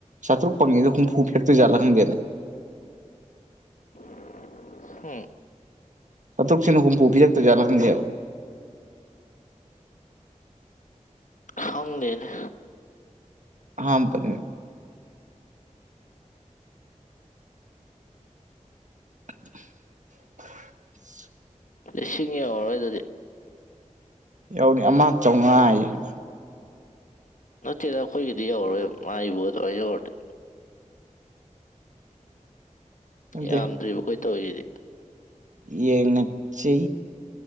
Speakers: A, on the right (about 70°); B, on the left (about 75°).
A: ꯆꯥ꯭ꯔꯨꯛ ꯐꯪꯉꯗ ꯍꯨꯝꯐꯨ ꯐꯦꯛꯇꯣꯏꯥꯠꯂ ꯍꯪꯗꯦꯅꯦ
B: <inaudible> ꯍꯝ
A: ꯆꯇꯨꯛꯁꯤ ꯍꯨꯝꯐꯨ ꯄꯤꯔꯛ ꯇꫭꯏꯖꯠꯂꯥ ꯈꯪꯗꯦꯕ
B: ꯈꯪꯗꯦꯅꯦ
A: ꯑꯍꯥꯟꯕꯅꯦ <unintelligible>
B: ꯂꯤꯁꯤꯡ ꯌꯧꯔꯔꯣꯏ ꯑꯗꯨꯗꯤ
A: ꯌꯥꯎꯅꯤ ꯑꯃ ꯆꯥꯝꯃꯉꯥ
B: ꯅꯠꯇꯦꯗ ꯑꯩꯈꯣꯏꯒꯤꯗꯤ ꯌꯧꯔꯔꯣꯏ ꯃꯥꯏꯕꯨ ꯑꯗꯨꯃꯥꯏꯅ ꯌꯧꯔꯗꯤ
A: ꯈꯪꯗꯦ
B: ꯌꯥꯝꯗ꯭ꯔꯤꯕ ꯑꯩꯈꯣꯏ ꯇꯧꯔꯤꯁꯤꯗꯤ
A: ꯌꯦꯡꯉꯁꯤ